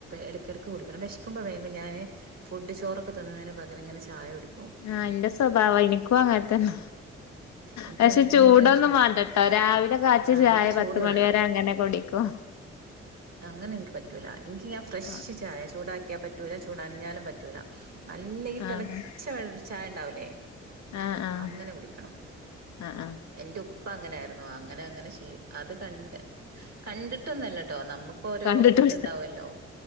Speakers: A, on the right; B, on the left.
A: ഇടക്കിടക്ക് കുടിക്കണം വിശക്കുമ്പോേ ഞാന് ഫുഡ് ചോറൊക്കെ തിന്നുന്നതിന് പകരംങ്ങനെ ചായ കുടിക്കണം
B: ആ എന്റെ സ്വഭാവം എനിക്കും അങ്ങനെത്തന്ന
A: എനിക്ക്
B: പക്ഷെ
A: ഭയങ്കര
B: ചൂടൊന്നും
A: ഇഷ്ട
B: മാണ്ടട്ടോ രാവിലെ കാച്ചിയ
A: ആഹ്
B: ചായ
A: എനിക്ക് ചൂട്
B: പത്ത്
A: വേണം
B: മണി വരെ അങ്ങനെ കുടിക്കും
A: അങ്ങനെ ഇന്ക് പറ്റൂല ഇന്ക് ഞാൻ ഫ്രഷ്
B: ആഹ്
A: ചായ ചൂടാക്കിയ പറ്റൂല ചൂടണഞ്ഞാലും പറ്റൂല നല്ല ഈ
B: ആഹ്
A: തിളച്ച ചായ ഉണ്ടാവലേ
B: ആഹ് ആഹ്
A: അങ്ങനെ കുടിക്കണം
B: ആഹ് ആഹ്
A: എന്റെ ഉ ഇപ്പ അങ്ങനൊയിുന്ന അങ്ങനെ അങ്ങനെ ശീലിച്ചു അത് കണ്ട് കണ്ടിട്ടൊന്നല്ലട്ടോ നമുക്ക് ഓരോ
B: കണ്ടിട്ടും
A: ഇത്ണ്ടാവോലോ